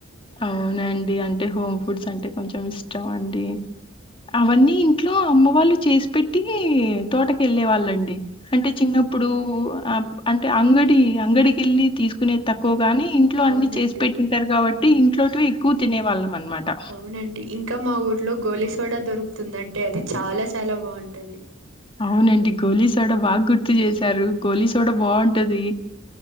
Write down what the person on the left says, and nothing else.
అవునండి అంటే హోమ్ ఫుడ్స్ అంటే కొంచెం ఇష్టమండి
అవన్నీ ఇంట్లో అమ్మ వాళ్ళు చేసి పెట్టి తోటకెళ్ళే వాళ్ళండి అంటే చిన్నప్ ఇప్పుడు అబ్ అంటే అంగడి అంగడికెళ్ళి తీసుకునేద్ తక్కువ గాని ఇంట్లో అన్ని
చేసి పెట్టింటారు కాబట్టి ఇంట్లోటివి ఎక్కువ తినే వాళ్ళం అనమాట
అవునండి గోలీ సోడ బాగ్ గుర్తు చేసారు గోలీ సోడ బాగుంటది